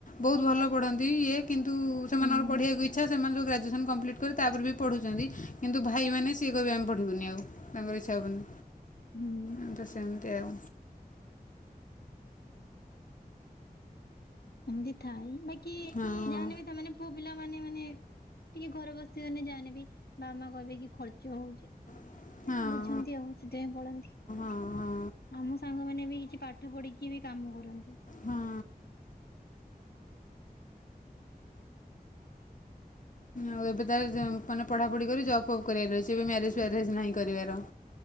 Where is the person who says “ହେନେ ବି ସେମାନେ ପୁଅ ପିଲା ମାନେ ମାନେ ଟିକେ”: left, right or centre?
Left